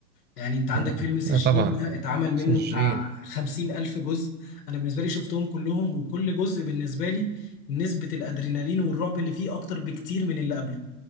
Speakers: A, on the left; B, on the right.
A: يعني انت عندك
B: آه،
A: فيلم سجين
B: لا طبعا
A: ده اتعمل منه
B: سجين
A: بتاع خمسين ألف جزء انا بالنسبة لي شفتهم كلهم وكل جزء بالنسبة لي نسبة الادرينالين والرعب اللي فيه اكتر بكتير من اللي قبله